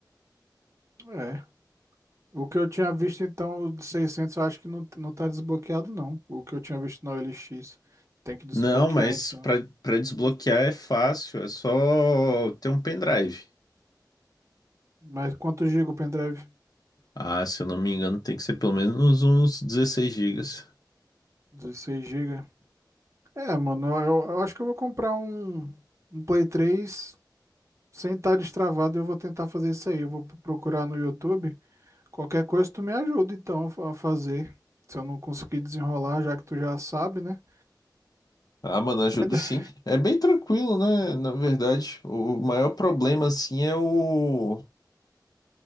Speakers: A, on the right (about 40°); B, on the left (about 55°).
A: é. O que eu tinha visto, então, o de 600 eu acho que não, não tá desbloqueado, não. O que eu tinha visto na OLX. Tem que desbloquear,
B: Não, mas
A: então.
B: pra, pra desbloquear é fácil. É só ter um pendrive.
A: Mas quanto giga o pendrive?
B: Ah, se eu não me engano, tem que ser pelo menos uns dezesseis gigas.
A: dezesseis gigas É, mano, eu, eu acho que eu vou comprar um, um Play três sem estar destravado. Eu vou tentar fazer isso aí. Eu vou procurar no YouTube. Qualquer coisa, tu me ajuda, então, a fa- a fazer. Se eu não conseguir desenrolar, já que tu já sabe, né?
B: Ah, mano, ajudo
A: <laughs>
B: sim. É bem tranquilo, né? Na verdade, o maior problema, assim, é o.